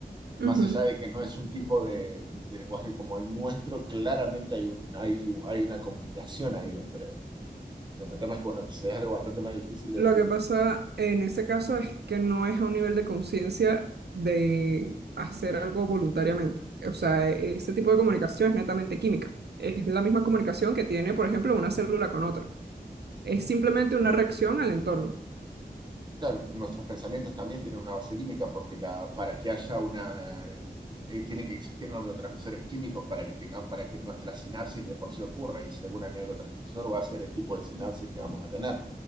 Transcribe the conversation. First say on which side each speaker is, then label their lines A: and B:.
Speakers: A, on the right; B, on the right.
A: Más
B: ujú.
A: allá de que no es un tipo de, de lenguaje como el nuestro, claramente hay, un, hay, un- hay una comunicación ahí entre... El tema es que, bueno, que sea algo bastante más difícil de...
B: Lo
A: de-
B: que pasa en ese caso es que no es a un nivel de conciencia de hacer algo voluntariamente. O sea, e- ese tipo de comunicación es netamente química. Es la misma comunicación que tiene, por ejemplo, una célula con otra. Es simplemente una reacción al entorno.
A: claro, pero nuestros pensamientos también tienen una base química, porque la, para que haya una... eh, tienen que existir neurotransmisores químicos para que tengan, para que nuestra sinapsis de por sí ocurra, y según el neurotransmisor va a ser el tipo de sinapsis que vamos a tener.